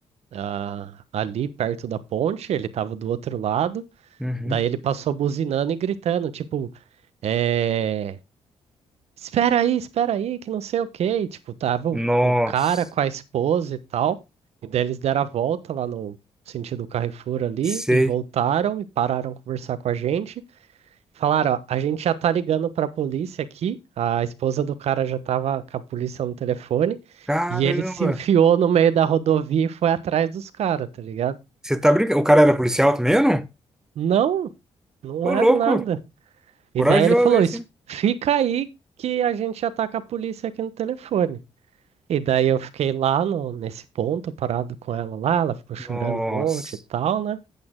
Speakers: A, on the right; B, in the centre.
A: ah, ali perto da ponte, ele tava do outro lado.
B: Uhum.
A: Daí ele passou buzinando e gritando, tipo, é... espera aí, espera aí, que não sei o quê. E, tipo, tava o,
B: Nossa.
A: o cara com a esposa e tal. E daí eles deram a volta lá no sentido Carrefour ali
B: Sei.
A: e voltaram e pararam conversar com a gente. Falaram, ó, a gente já tá ligando pra polícia aqui. A esposa do cara já tava com a polícia no telefone
B: Caramba.
A: e ele se enfiou no meio da rodovia e foi atrás dos caras, tá ligado?
B: Você tá brincando? O cara era policial também ou não?
A: Não, não
B: Ô,
A: era
B: louco.
A: nada. E
B: Corajoso
A: daí ele falou:
B: esse,
A: "Es-
B: hein?
A: fica aí que a gente já tá com a polícia aqui no telefone. E daí eu fiquei lá no, nesse ponto, parado com ela lá. Ela ficou chorando
B: Nossa.
A: um monte e tal, né?